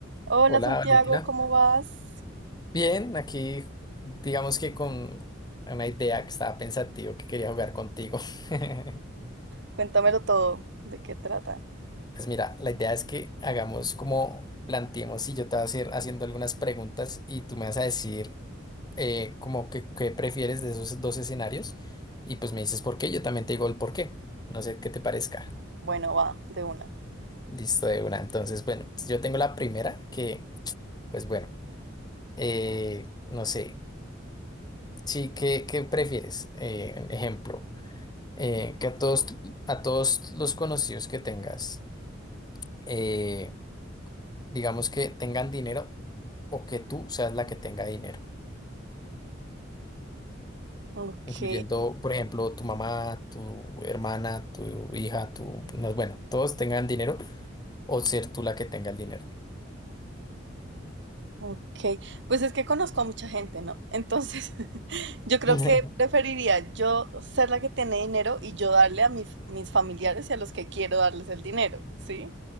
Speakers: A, on the right; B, on the left.
A: Hola
B: Hola
A: Santiago,
B: Valentina.
A: ¿cómo vas?
B: Bien, aquí digamos que con una idea que estaba pensativo que quería jugar contigo. <laughs>
A: Cuéntamelo todo, ¿de qué trata?
B: Pues mira, la idea es que hagamos como planteemos y yo te voy a hacer haciendo algunas preguntas y tú me vas a decir eh, como que qué prefieres de esos dos escenarios y pues me dices por qué, yo también te digo el por qué. No sé qué te parezca.
A: Bueno, va, de una.
B: Listo de una. Entonces, bueno, yo tengo la primera que, pues bueno, eh, no sé. Sí, ¿qué, qué prefieres? Eh, ejemplo. eh, que a todos, a todos los conocidos que tengas, eh, digamos que tengan dinero o que tú seas la que tenga dinero,
A: Ok,
B: incluyendo, por ejemplo, tu mamá, tu hermana, tu hija, tu, no, bueno, todos tengan dinero o ser tú la que tenga el dinero.
A: ok. Pues es que conozco a mucha gente, ¿no? Entonces, <laughs> yo creo
B: <laughs>
A: que preferiría yo ser la que tiene dinero y yo darle a mis, mis familiares y a los que quiero darles el dinero, ¿sí?